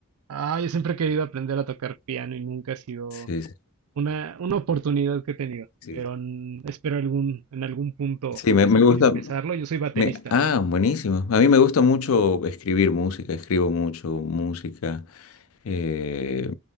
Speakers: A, on the right; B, on the left.
A: Ah, yo siempre he querido aprender a tocar piano y nunca ha sido
B: sí, sí.
A: una, una oportunidad que he tenido,
B: Sí,
A: pero mm, espero algún, en algún punto
B: Sí, me, me gusta.
A: empezarlo. Yo soy baterista.
B: me- ah, buenísimo. A mí me gusta mucho escribir música, escribo mucho música. Eh,